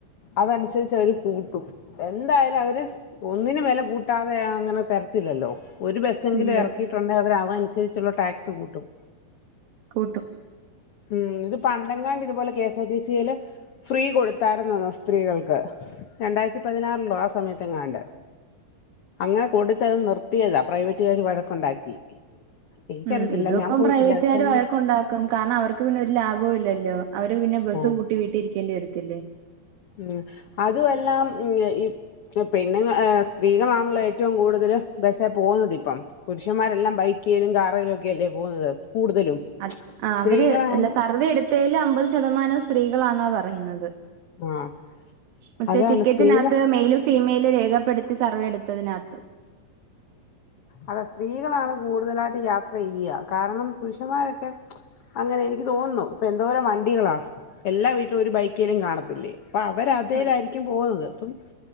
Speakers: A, on the left (about 70°); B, on the right (about 90°).
A: അതനുസരിച്ച് അവര് കൂട്ടും എന്തായാലും അവര് ഒന്നിന് വെല കൂട്ടാതെ അങ്ങനെ തരത്തി ല്ലല്ലോ ഒരു ബസ്സെങ്കിലും
B: ഇല്ല
A: ഇറക്കിയിട്ടുണ്ടെ അവര് അവനുസരിച്ചുള്ള ടാക്സ് കൂട്ടും
B: കൂട്ടും
A: ഉം ഇത് പണ്ടങ്കാണ്ട് ഇതുപോലെ കെ എസ്ആർ ടി സിയില്. ഫ്രീ കൊടുത്താരുന്നന്ന് സ്ത്രീകൾക്ക് രണ്ടായിരത്തി പതിനാറിലോ ആ സമയത്തെ എങ്ങാണ്ട്. അങ്ങനെ കൂടുത്ത അത് നിർത്തിയതാ പ്രൈവറ്റുകാർ വഴക്കുണ്ടാക്കി. എനിക്കറിയത്തില്ല
B: ഉം ഇത
A: ഞാൻ
B: ഇപ്പം
A: പോയിട്ടില്ല
B: പ്രൈവറ്റുകാർ
A: പക്ഷെ അങ്ങനെ
B: വഴക്ക് ണ്ടാക്കും കാ പിന്നെ ഒരു ലാഭവും ഇല്ലല്ലോ അവര് പിന്നെ ബസ്
A: ആഹ്
B: കൂട്ടി വീട്ടി ഇരിക്കേണ്ടി വരത്തില്ലേ
A: ഉം അതുമെല്ലാം ഈ പെണ്ണുങ്ങ സ്ത്രീകളാണല്ലോ ഏറ്റവും കൂടുതൽ. ബസ്സ് പോകുന്നത് ഇപ്പം പുരുഷന്മാരെല്ലാം ബൈക്കിലും കാറിലും ഒക്കെല്ലേ പോകുന്നത്. കൂടുതലും
B: അ ആ
A: സ്ത്രീകളാണ്
B: അവര് അല്ല സർവേ എടുത്തെൽ അമ്പത് ശതമാനം സ്ത്രീകളാന്ന പറയുന്നത്.
A: ആഹ്
B: മറ്റേ
A: അതാണ്
B: ടിക്കറ്റിനകത്ത്
A: സ്ത്രീകൾ
B: മെൽ ഫീമെയില് രേഖപ്പെടുത്തി സർവേ എടുത്തതിനകത്ത്.
A: അല്ല സ്ത്രീകളാണ് കൂടുതലായിട്ട് യാത്ര ചെയ്യ കാരണം പുരുഷന്മാരൊക്കെ. അങ്ങനെ എനിക്ക് തോന്നുന്നു ഇപ്പൊ എന്തോരം വണ്ടികളാ എല്ലാ വീട്ടിലും ഒരു ബൈക്കേലും കാണത്തില്ലേ. അപ്പ അവര അതലായിരിക്കും
B: ഒരു-
A: പോകുന്നത് അപ്പം